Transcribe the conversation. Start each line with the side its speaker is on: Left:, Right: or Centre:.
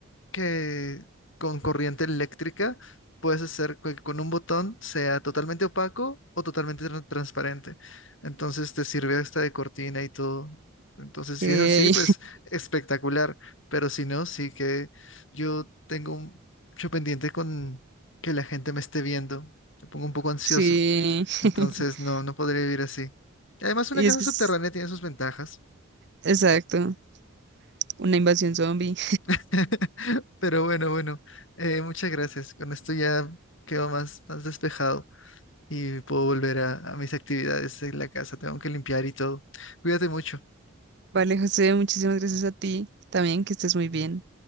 Left: que con corriente eléctrica puedes hacer que con un botón sea totalmente opaco o totalmente tran- transparente. Entonces te sirve hasta de cortina y todo. Entonces, si
Right: Ey,
Left: es así, pues espectacular. Pero si no, sí que yo tengo un- mucho pendiente con que la gente me esté viendo. Me pongo un poco ansioso.
Right: <laughs> sí.
Left: Entonces,
Right: <laughs>
Left: no, no podría vivir así. Y además, una
Right: Y
Left: casa
Right: es que
Left: subterránea
Right: es
Left: tiene sus ventajas.
Right: exacto, una invasión zombie.
Left: <laughs> Pero bueno, bueno, eh, muchas gracias. Con esto ya quedo más, más despejado y puedo volver a, a mis actividades en la casa. Tengo que limpiar y todo. Cuídate mucho.
Right: Vale, José, muchísimas gracias a ti también, que estés muy bien.